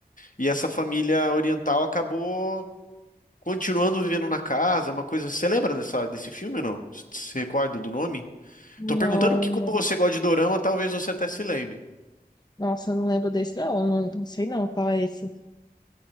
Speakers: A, on the left; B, on the left.
A: E essa família oriental acabou continuando vivendo na casa, uma coisa. Você lembra dessa, desse filme ou não? Você se recorda do nome?
B: Não,
A: Tô perguntando que,
B: não.
A: como você gosta de dorama, talvez você até se lembre.
B: nossa, eu não lembro desse, não, não, não sei não qual é esse.